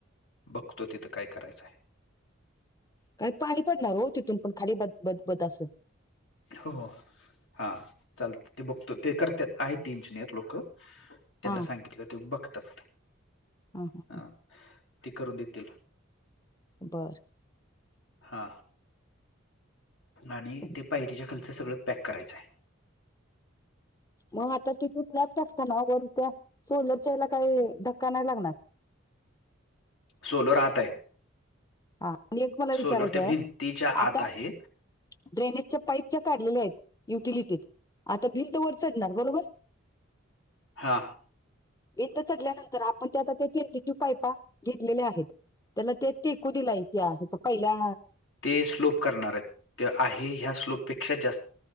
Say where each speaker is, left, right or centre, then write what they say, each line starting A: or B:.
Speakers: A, on the left; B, on the left.
A: बघतो तिथं काय करायचंय.
B: काय पाणी पडणार हो तिथून पण खाली बद बद असं.
A: हो हो हा चालतंय, ते बघतो ते करत्यात आहे ते इंजिनिअर लोक त्यांना
B: हा
A: सांगितलं ते बघतात
B: हा हा.
A: ह ते करून देतील.
B: बरं.
A: हा आणि
B: हा,
A: ते पायरीच्या खालचं सगळं पॅक करायचं आहे.
B: मग आता तिथे स्लॅब टाकत ना वरून त्या सोलरच्याला काही धक्का नाही लागणार.
A: सोलर आत आहे
B: म एक मला विचारायचंय
A: सोलर त्या भिंतीच्या
B: आता-
A: आत आहे
B: ड्रेनेजच्या पाईपच्या काढलेल्या आहेत युटिलिटीत आता भिंत वर चढणार बरोबर
A: हा
B: भिंत चढल्यानंतर आपण ते आता त्या तेनटीट्यूब पायपा घेतलेल्या आहेत त्याला ते टेकु दिला त्याच पहिल्या
A: ते स्लोप करणार आहेत ते आहे ह्या स्लोपपेक्षा जास्त